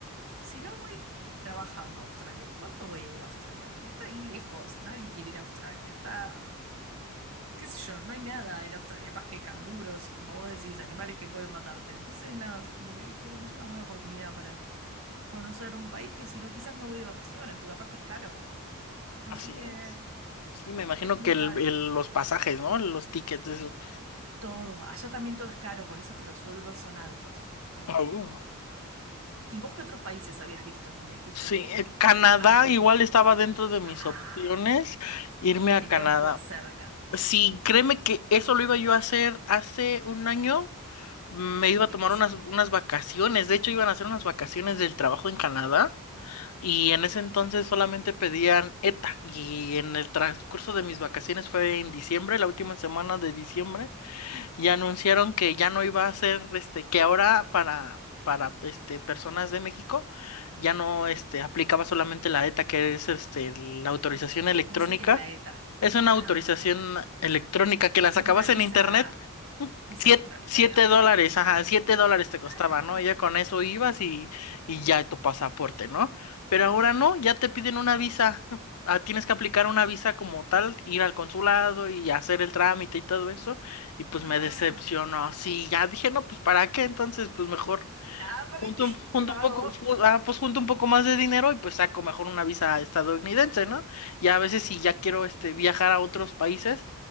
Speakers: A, on the right; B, on the left.
A: si no voy trabajando a Australia, ¿cuánto voy a ir a Australia? Porque está ahí lejos. Nadie quiere ir a Australia. Está qué sé yo, no hay nada en Australia más que canguros y como vos decís, animales que pueden matarte. Entonces, nada, so- como que dije, bueno, es una buena oportunidad para conocer un país que si no, quizás no voy de vacaciones, porque aparte es caro. Así
B: Así
A: que
B: es. Sí, me
A: sí,
B: imagino
A: es muy
B: que el,
A: caro.
B: el- los pasajes, ¿no? Los tickets, eso.
A: Todo, allá también todo es caro, por eso es que los sueldos son altos. Em,
B: Ah, uh.
A: ¿y vos qué otros países habías visto que me dijiste
B: Sí,
A: que
B: eh, Canadá
A: algo habías...
B: igual
A: me-
B: estaba dentro de mis
A: Ah,
B: opciones, irme
A: y
B: a
A: te
B: Canadá.
A: queda un poco más cerca.
B: Sí, créeme
A: Sí.
B: que eso lo iba yo a hacer hace un año. Me iba
A: ¿Y qué
B: a tomar
A: pasó?
B: unas, unas vacaciones, de hecho iban a hacer unas vacaciones del trabajo en Canadá. Y en ese entonces solamente pedían ETA. Y en el transcurso de mis vacaciones fue en diciembre, la última semana de diciembre, y anunciaron que ya no iba a ser, este, que ahora para, para este, personas de México ya no este, aplicaba solamente la ETA, que es este, la autorización
A: N-
B: electrónica.
A: No sé qué es la ETA.
B: Es una
A: Ah,
B: autorización
A: ok.
B: electrónica que la
A: Como
B: sacabas
A: una visa,
B: en internet
A: visa
B: Siete,
A: electrónica,
B: siete
A: digamos,
B: dólares,
A: una cosa. así.
B: ajá, siete dólares te costaba,
A: Ah, nada.
B: ¿no? Ya con eso ibas y, y ya tu pasaporte, ¿no? Pero ahora no, ya te piden una visa. Ah, tienes que aplicar una visa como tal, ir al consulado y hacer el trámite y todo eso. Y pues
A: Ah,
B: me decepcionó. Sí, ya dije, no, pues ¿para qué? Entonces, pues mejor
A: ah, ¿para
B: junto,
A: qué?
B: un-
A: <laughs>
B: junto
A: ¿Qué vago?
B: un poco,
A: <laughs>
B: ju- ah, pues junto un poco más de dinero y pues saco mejor una visa estadounidense, ¿no? Ya a veces si ya quiero
A: Claro,
B: este viajar a otros países